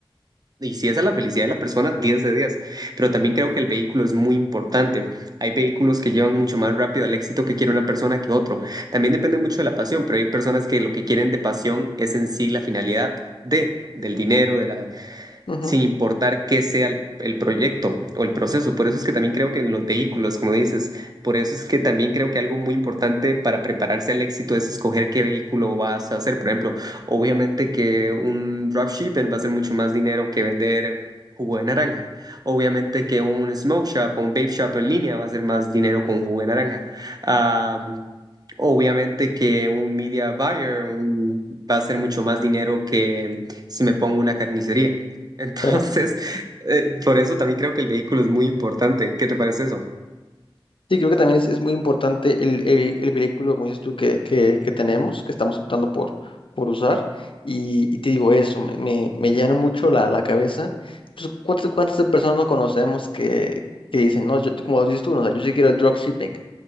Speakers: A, on the right; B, on the left.
A: y si esa es la felicidad de la persona, 10 de 10. Pero también creo que el vehículo es muy importante. Hay vehículos que llevan mucho más rápido al éxito que quiere una persona que otro. También depende mucho de la pasión, pero hay personas que lo que quieren de pasión es en sí la finalidad de, del dinero, de la,
B: ujú,
A: sin importar qué sea el, el proyecto o el proceso. Por eso es que también creo que en los vehículos, como dices, por eso es que también creo que algo muy importante para prepararse al éxito es escoger qué vehículo vas a hacer. Por ejemplo, obviamente que un dropshipping va a ser mucho más dinero que vender jugo de naranja. Obviamente que un smoke shop o un vape shop en línea va a ser más dinero con jugo de naranja. Ah, Obviamente que un media buyer un- va a ser mucho más dinero que si me pongo una carnicería. Entonces,
B: claro.
A: <laughs> eh, por eso también creo que el vehículo es muy importante. ¿Qué te parece eso?
B: Sí, creo que también es, es muy importante el, el, el vehículo, como dices tú, que, que, que tenemos, que estamos optando por, por usar. Y, y te digo eso, me, me, me llena mucho la, la cabeza. Entonces, ¿cuántas, cuántas personas no conocemos que, que dicen, no, yo- como dices tú, no, o sea, yo sí quiero el dropshipping?